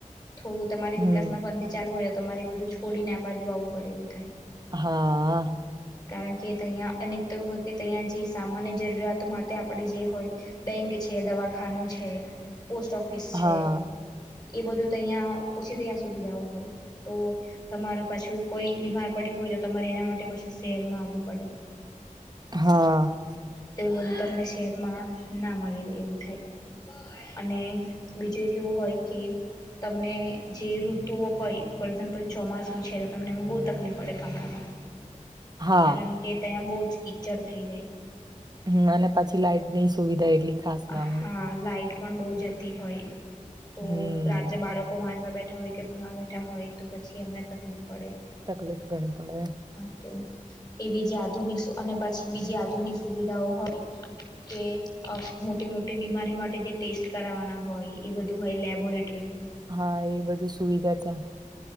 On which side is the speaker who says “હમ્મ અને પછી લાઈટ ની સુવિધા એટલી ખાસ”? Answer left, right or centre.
Right